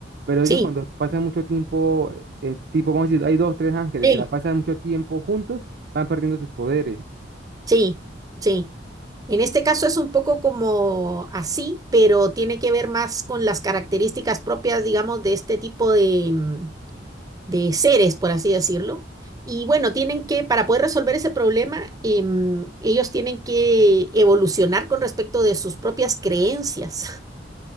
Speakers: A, on the right; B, on the right.
A: pero ellos
B: Sí,
A: cuando pasan mucho tiempo, eh, tipo, vamos a decir, hay dos, tres ángeles,
B: sí,
A: si la pasan mucho tiempo juntos, van perdiendo sus poderes.
B: sí, sí. En este caso es un poco como así, pero tiene que ver más con las características propias, digamos, de este tipo de, mm, de seres, por así decirlo. Y bueno, tienen que, para poder resolver ese problema, em, ellos tienen que evolucionar con respecto de sus propias creencias.